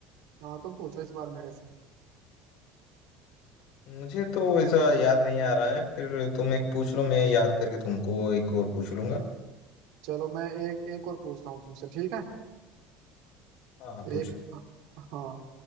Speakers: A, on the right; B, on the left.
A: हाँ तुम पूछो इस बार मेरे से
B: मुझे तो ऐसा याद नहीं आ रहा है फिर तुम एक पूछ लो मैं याद करके तुमको एक और पूछ लूंगा
A: चलो मैं एक एक और पूछता हूँ तुमसे ठीक है
B: हाँ हाँ पूछ
A: एक
B: लो
A: हाँ